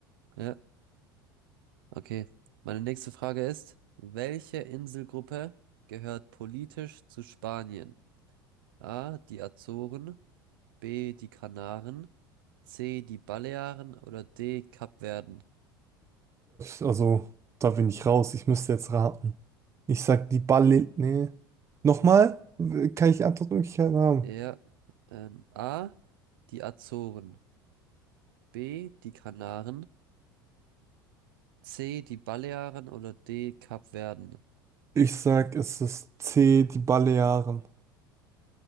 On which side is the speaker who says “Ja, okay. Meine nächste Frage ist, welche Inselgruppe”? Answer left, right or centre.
Right